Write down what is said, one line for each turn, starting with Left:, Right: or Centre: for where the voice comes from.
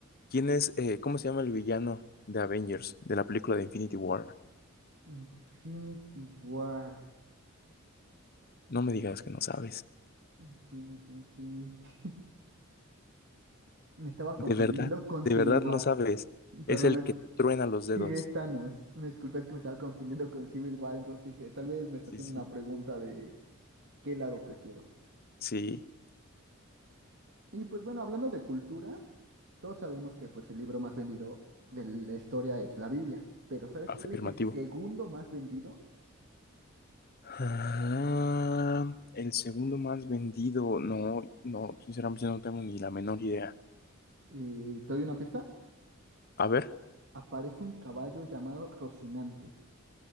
Left: ¿Quién es, eh, cómo se llama el villano de Avengers, de la película de Infinity War?
Right: Infinity War.
Left: No me digas que no sabes.
Right: Infinity, Infinity. <laughs> Me estaba
Left: De
Right: confundiendo
Left: verdad,
Right: con
Left: de
Right: Civil
Left: verdad
Right: War.
Left: no sabes. Es
Right: Perdón,
Left: el
Right: me-
Left: que truena los dedos.
Right: sí, es Thanos. Una disculpa, es que me estaba confundiendo con Civil War, entonces dije, tal vez me está
Left: Sí,
Right: haciendo
Left: sí.
Right: una pregunta de qué lado prefiero.
Left: Sí,
Right: Y pues bueno, hablando de cultura, todos sabemos que pues el libro más vendido de la historia es la Biblia, pero ¿sabes
Left: afirmativo.
Right: cuál es el segundo más vendido?
Left: Ah, el segundo más vendido. No, no, sinceramente no tengo ni la menor idea.
Right: Eh, ¿te doy una pista?
Left: A ver,
Right: Aparece un caballo llamado Rocinante.